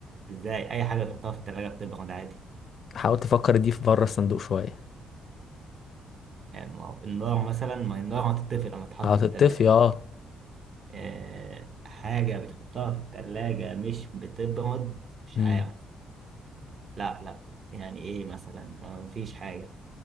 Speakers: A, on the right (about 50°); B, on the left (about 55°).
A: ازاي اي حاجه تحطها في التلاجة بتبرد عادي
B: حاول تفكر دي في بره الصندوق شويه
A: يعني ما هو النار مثلا ما هي النار هتطفي لما تتحط
B: هتطفي
A: في التلاجة
B: اه
A: أه حاجه بتحطها في التلاجة مش بتبرد مش
B: امم
A: عارف لا لا يعني ايه مثلا ما- مفيش حاجه